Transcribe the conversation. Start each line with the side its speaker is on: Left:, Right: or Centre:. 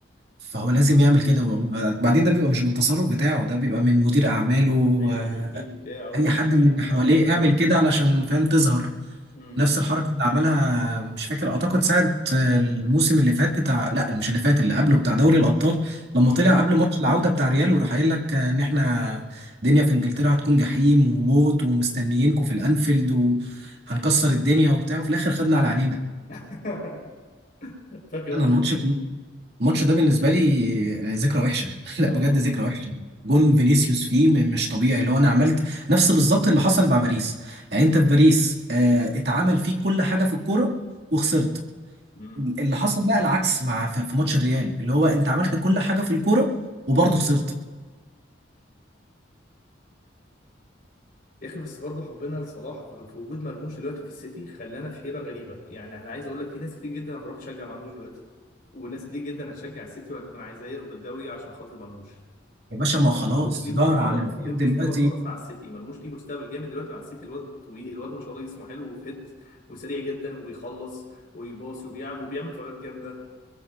Right: فهو لازم يعمل كده وبعدين ده بيبقى مش بالتصرف بتاعه ده بيبقى من مدير اعماله
Left: ايوه
Right: آه،
Left: الوكيل بتاعه
Right: اي حد
Left: بتاع
Right: من
Left: ال-
Right: اللي
Left: اه
Right: حواليه يعمل كده علشان فاهم تظهر
Left: امم
Right: نفس الحركه اللي عملها مش فاكر اعتقد ساعه الموسم اللي فات بتاع لا مش اللي فات اللي قبله بتاع دوري الابطال لما
Left: امم
Right: طلع قبل ماتش العوده بتاع ريال وراح قايل لك ان احنا الدنيا في انجلترا هتكون جحيم وموت ومستنيينكم في الانفيلد وهنكسر الدنيا وبتاع وفي الاخر خدنا على عينينا
Left: <laughs> فاكر
Right: انا
Left: انا
Right: الماتش الماتش ده بالنسبه لي يعني ذكرى وحشه <laughs> لا
Left: اه
Right: بجد ذكرى وحشه جون فينيسيوس فيه م- مش طبيعي اللي هو انا عملت نفس بالظبط اللي حصل مع باريس يعني انت في باريس آه، اتعمل فيك كل حاجه في الكوره وخسرت
Left: امم
Right: اللي حصل بقى العكس مع في في ماتش الريال اللي هو انت عملت كل حاجه في الكوره وبرضه خسرت
Left: يا اخي بس برضه حبنا لصلاح في في وجود مرموش دلوقتي في السيتي خلانا في حيره غريبه يعني انا عايز اقول لك في ناس كتير جدا هتروح تشجع مرموش دلوقتي وناس كتير جدا هتشجع السيتي وهتكون عايزاه ياخد الدوري عشان خاطر مرموش
Right: يا باشا
Left: خصوصا
Right: ما هو خلاص
Left: مرموش ليه مستقبل
Right: ظهر على الفيس
Left: ليه مستقبل
Right: دلوقتي
Left: خلاص مع السيتي مرموش ليه مستقبل جامد دلوقتي مع السيتي الواد طويل الواد ما شاء الله جسمه حلو وفت وسريع جدا وبيخلص ويباصي وبيعمل وبيعمل فاولات جامده